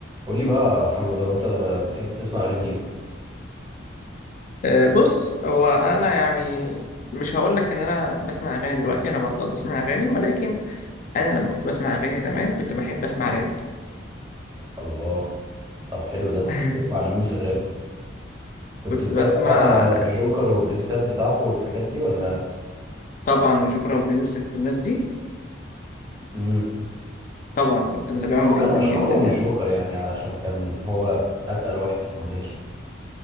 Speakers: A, on the right (about 20°); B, on the left (about 45°).
A: قولي بقى يا محمد هو انت بتحب تسمع اغاني ايه
B: أه، بص هو انا يعني مش هقول لك ان انا بسمع اغاني دلوقتي انا بطلت اسمع اغاني ولكن انا لما كنت بسمع اغاني زمان كنت بحب اسمع راب
A: الله طب حلو ده كنت
B: <laughs>
A: بتسمع لمين في الراب كنت
B: كنت
A: متابع
B: بسمع
A: بقى الجوكر والدسات بتاعته والحاجات دي ولا
B: طبعا جوكر وابو يوسف والناس دي
A: امم
B: طبعا كنت متابعهم
A: هو
B: جدا
A: كان اشهرهم
B: جدا يعني
A: الجوكر يعني علشان كان هو اتقل واحد في المجال